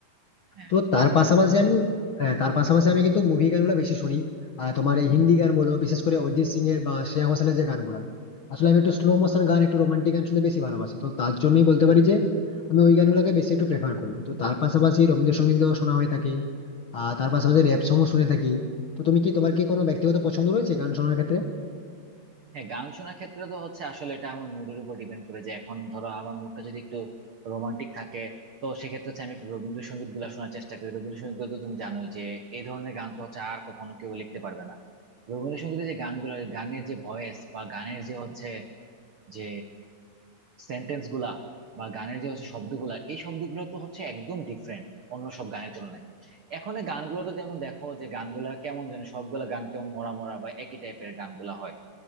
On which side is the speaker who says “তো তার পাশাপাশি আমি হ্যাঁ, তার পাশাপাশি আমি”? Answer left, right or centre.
Left